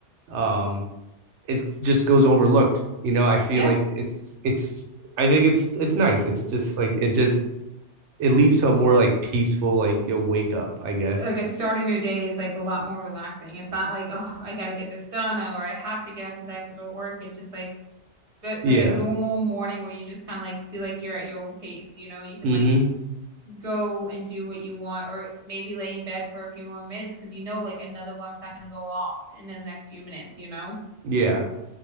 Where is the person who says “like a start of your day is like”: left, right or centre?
Right